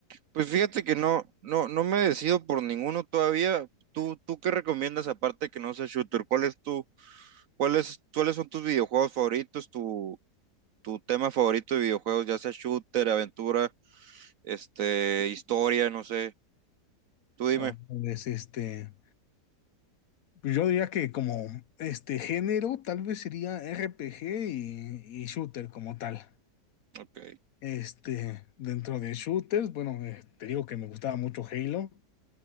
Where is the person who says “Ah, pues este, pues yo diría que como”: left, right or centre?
Left